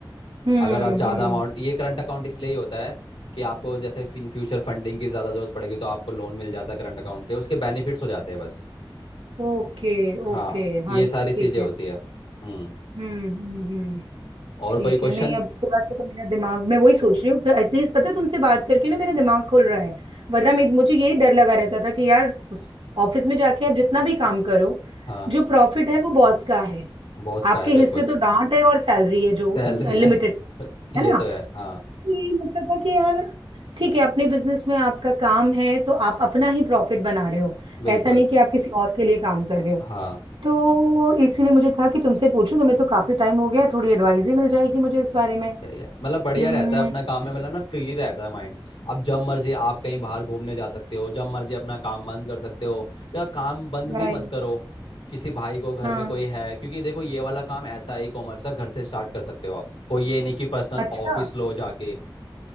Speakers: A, on the right (about 80°); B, on the left (about 85°).
A: हम्म
B: अगर आप ज़्यादा
A: हम्म
B: अमाउंट ये करंट अकाउंट इसलिए ही होता है कि आपको जैसे इन फ्यूचर फंडिंग की ज़्यादा ज़रूरत पड़ेगी तो आपको लोन मिल जाता है करंट अकाउंट के उसके बेनिफिट्स हो जाते हैं बस
A: ओके
B: हाँ
A: ओके हाँ
B: ये
A: ये
B: सारी
A: भी ठीक
B: चीज़ें
A: है
B: होती है हम्म
A: हम्म हम्म हम्म, ठीक
B: और कोई क्वेश्चन
A: है नहीं अब थोड़ा सा तो मेरा दिमाग मैं वही सोच रही हूँ एटलीस्ट पता है, तुमसे बात करके ना मेरा दिमाग खुल रहा है वरना मे- मुझे यही डर लगा रहता था कि यार उस ऑफिस में जाके आप जितना भी काम करो
B: हाँ
A: जो प्रॉफिट है वो बॉस का है
B: बॉस
A: आपके
B: का है
A: हिस्से
B: बिल्कुल
A: तो डांट है और सैलरी है जो
B: सैलरी
A: लिमिटेड
B: है <laughs>
A: है
B: ये
A: ना
B: तो है हाँ
A: तो यही लगता था कि यार ठीक है अपने बिजनेस में आपका काम है तो आप अपना ही प्रॉफिट बना रहे हो
B: बिल्कुल
A: ऐसा नहीं कि आप किसी और के लिए काम कर रहे हो
B: हाँ
A: तो इसीलिए मुझे था कि तुमसे पूछूं तुम्हें तो काफी टाइम हो गया है थोड़ी एडवाइस ही मिल जाएगी मुझे इस बारे में
B: सही है मतलब बढ़िया
A: हम्म
B: रहता है अपना काम में मतलब ना फ्रीली रहता है माइंड अब जब मर्जी आप कहीं बाहर घूमने जा सकते हो जब मर्जी अपना काम बंद कर सकते हो या काम बंद
A: राइट
B: भी मत करो किसी भाई को घर
A: हाँ
B: में कोई है क्योंकि देखो ये वाला काम ऐसा है ई कॉमर्स का घर से स्टार्ट कर सकते हो आप कोई ये नहीं कि पर्सनल
A: अच्छा
B: ऑफिस लो जाके